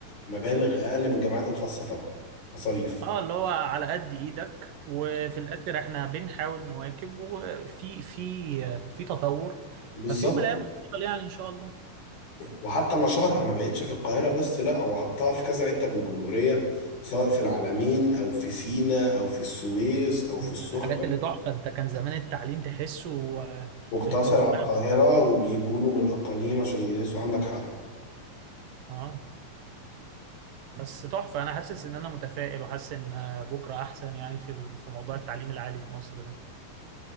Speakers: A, on the left; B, on the right.
A: مبالغ أقل من الجامعات الخاصة طبعا مصاريف
B: اه اللي هو على قد ايدك وفي الاخر احنا بنحاول نواكب وفي في آه، في تطور
A: بالظبط
B: ففي يوم من الايام هنوصل يعني ان شاء الله
A: وحتى نشرها ما بقتش في القاهرة بس لا هو حطها في كذا حتة في الجمهورية سواء في العلمين أو في سينا أو في السويس أو في
B: دي
A: السخنة
B: من الحاجات اللي تحفة انت كان زمان التعليم تحسه آه،
A: واقتصر
B: الكهربائي
A: على القاهرة وبيجوا له من الأقاليم عشان يدرسوا عندك حق
B: اه بس تحفة انا حاسس ان انا متفائل وحاسس ان آه، بكرة احسن يعني في ال- في موضوع التعليم العالي في مصر ده